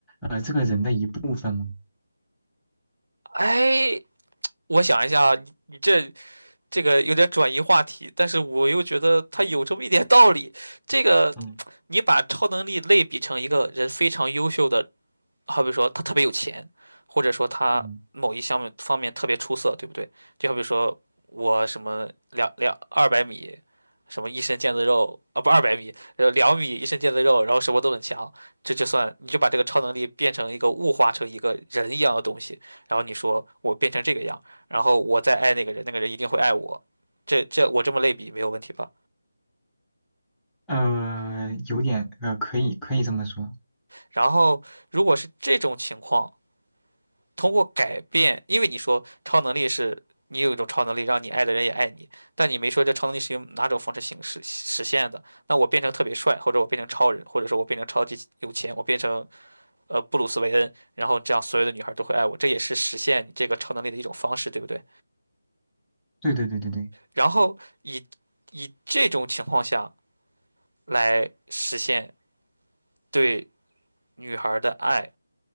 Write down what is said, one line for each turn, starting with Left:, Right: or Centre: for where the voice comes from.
Centre: 呃，这个人的一部分吗？
Right: 哎，我想一下啊，你你这这个有点转移话题，但是我又觉得他有这么一点道理。这个，
Centre: 嗯
Right: 你把超能力类比成一个人非常优秀的好比说他特别有钱，或者说他某一项目方面特别出色，
Centre: 嗯。
Right: 对不对？就好比说我什么两两二百米，什么一身腱子肉啊，不二百米，呃两米一身腱子肉，然后什么都很强，这就算你就把这个超能力变成一个物化成一个人一样的东西，然后你说我变成这个样，然后我再爱那个人，那个人一定会爱我，这这我这么类比没有问题吧？
Centre: 呃，有点呃，可以可以这么说。
Right: 然后如果是这种情况。通过改变，因为你说超能力是你有一种超能力，让你爱的人也爱你，但你没说这超能力是用哪种方式形式实现的。那我变成特别帅，或者我变成超人，或者说我变成超级有钱，我变成呃布鲁斯韦恩，然后这样所有的女孩都会爱我，这也是实现你这个超能力的一种方式，对不对？
Centre: 对对对对对，
Right: 然后以以这种情况下来实现对女孩的爱，